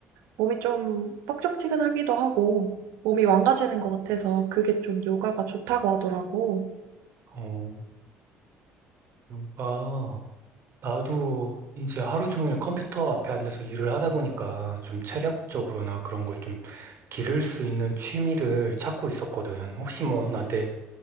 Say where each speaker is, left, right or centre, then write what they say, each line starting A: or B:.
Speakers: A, on the right; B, on the right.
A: 몸이 좀 뻑적지근하기도 하고 몸이 망가지는 것 같아서 그게 좀 요가가 좋다고 하더라고.
B: 어, 요가. 나도 이제 하루 종일 컴퓨터 앞에 앉아서 일을 하다 보니까 좀 체력적으로나 그런 걸 좀 기를 수 있는 취미를 찾고 있었거든. 혹시 뭐 나한테